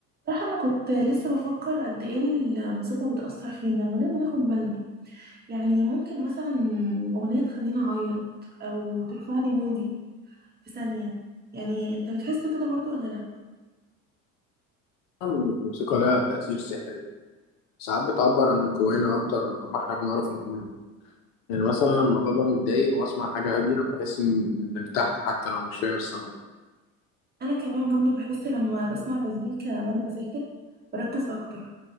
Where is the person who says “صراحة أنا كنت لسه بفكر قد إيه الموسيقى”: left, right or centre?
Right